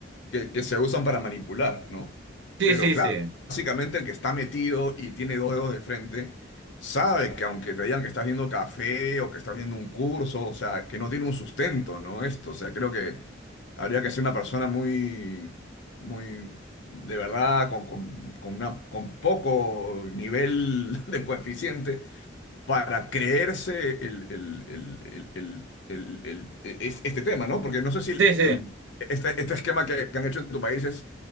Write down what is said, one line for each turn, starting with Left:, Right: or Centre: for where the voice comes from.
Left: que, que se usan para manipular, ¿no?
Right: Sí,
Left: Pero
Right: sí,
Left: claro,
Right: sí.
Left: básicamente el que está metido y tiene dos dedos de frente, sabe que aunque te digan que estás viendo café o que estás viendo un curso, o sea, que no tiene un sustento, ¿no? Esto, o sea, creo que habría que ser una persona muy, muy, de verdad, con, con, con una, con poco nivel <laughs> de coeficiente para creerse el, el- el- el- el- el- el- es- este tema, ¿no? Porque no sé si el,
Right: Sí, sí.
Left: el- este, este esquema que, que han hecho en tu país es-